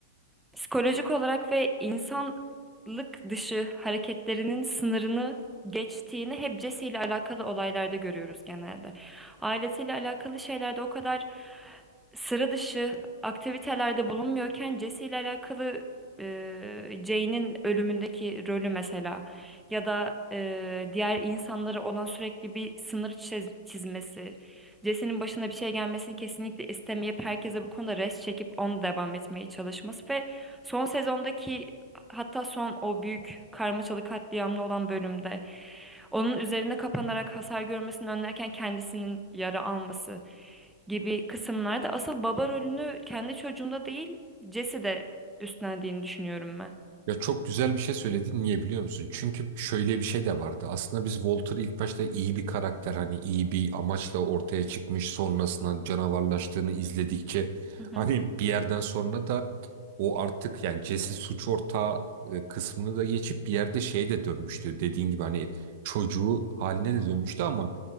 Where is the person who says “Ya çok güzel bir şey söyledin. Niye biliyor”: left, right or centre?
Right